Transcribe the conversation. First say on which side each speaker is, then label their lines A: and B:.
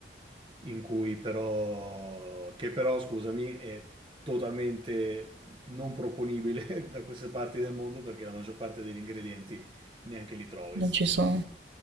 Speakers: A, on the right; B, on the right.
A: in cui però, che però, scusami, è totalmente non proponibile <laughs> da queste parti del mondo perché la maggior parte degli ingredienti neanche li trovi.
B: Non ci sono.